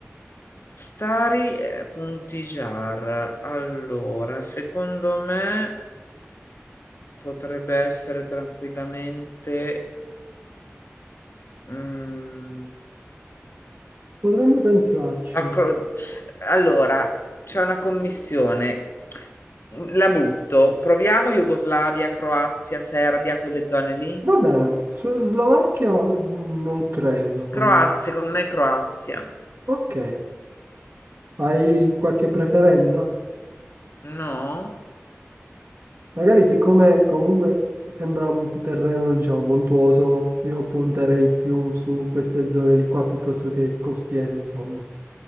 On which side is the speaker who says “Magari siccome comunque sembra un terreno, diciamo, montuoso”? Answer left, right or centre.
Right